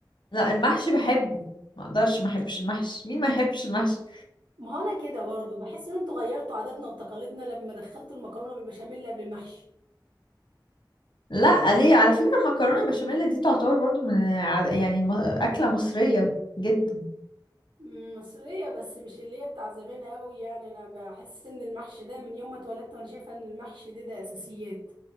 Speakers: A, on the left; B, on the right.
A: لا المحشي بحبه ما اقدرش ما احبش المحشي مين ما يحبش المحشي
B: ما هو انا كده برضه بحس ان انتوا غيرتوا عاداتنا وتقاليدنا لما دخلتوا المكرونه بالبشاميل قبل المحشي
A: لا ليه على فكرة المكرونة بشاميل دي تعتبر برضو من ع- يعني م- أكلة مصرية جدا
B: أمم، مصريه بس مش اللي هي بتاع زمان قوي يعني انا بحس ان المحشي ده من يوم ما اتولدت وانا شايفه ان المحشي ده ده اساسيات